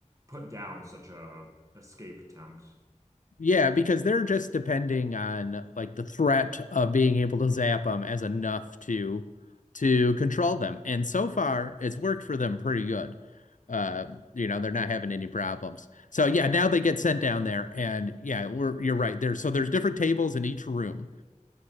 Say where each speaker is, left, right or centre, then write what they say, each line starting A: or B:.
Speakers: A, on the right (about 25°); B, on the left (about 80°).
A: put down such a escape attempt.
B: Yeah, because they're just depending on like the threat of being able to zap them as enough to to control them. And so far, it's worked for them pretty good. Uh, you know, they're not having any problems. So yeah, now they get sent down there and yeah, we're you're right. There's so there's different tables in each room